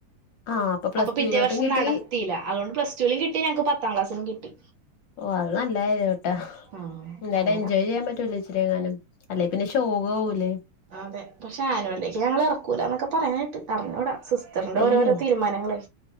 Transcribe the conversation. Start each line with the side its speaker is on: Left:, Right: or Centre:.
Left: ആഹ് പ്ലസ്
Right: അപ്പൊ പിറ്റേ
Left: ടുവിലോട്ടും
Right: വർഷം
Left: കിട്ടി
Right: നടത്തീല അതോണ്ട് പ്ലസ്റ്റൂലും കിട്ടി ഞങ്ങക്ക് പത്താം ക്ലാസിലും കിട്ടി
Left: ഓഹ് അത് നല്ല കാര്യാവ്ട്ടാ
Right: ഉം
Left: എന്തായാലും
Right: അങ്ങനെ
Left: എൻജോയ് ചിയ്യാ പറ്റൂലെ ആച്ചങ്ങാനും അല്ലെ പിന്നെ ശോക ആവുലെ
Right: അതെ പക്ഷെ ആനുവൽഡേക്ക് ഞങ്ങളെ എറക്കൂല ന്നൊക്ക പറയ്ണേട്ട് അറിഞ്ഞൂട സിസ് റ്റർന്റ
Left: അയ്യോ
Right: ഓരോരൊ തീര്മാനങ്ങളെ